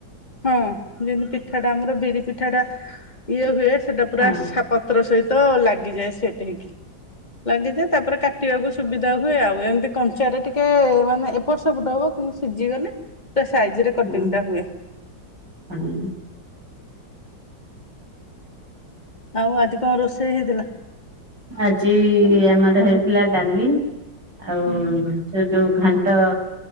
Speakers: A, on the left; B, on the right.
A: ହଁ ଯେମିତି ପିଠା ଟା ଆମର ବିରି ପିଠା ଟା ଇଏ ହୁଏ ସେଟା ପୁରା
B: ହଁ
A: ସାପ୍ ପତ୍ର ସହିତ ଲାଗିଯାଏ ସେଟେ ହେଇକି। ଲାଗିଯାଏ ତାପରେ କାଟିବାକୁ ସୁବିଧା ହୁଏ ଆଉ ଏମିତି କଞ୍ଚା ରେ ଟିକେ ମାନେ ଏପଟ ସେପଟ ହବ। ପୁ ସିଜି ଗଲେ ପୁରା ସାଇଜରେ
B: ହଁ।
A: କଟିଂ ଟା ହୁଏ।
B: <unintelligible>
A: ଆଉ ଆଜି କଣ ରୋଷେଇ ହେଇଥିଲା!
B: ଆଜି
A: ତମର?
B: ଆମର ହେଇଥିଲା ଡାଲି ଆଉ
A: ହୁଁ
B: ସେ ଯୋଉ ଘାଣ୍ଟ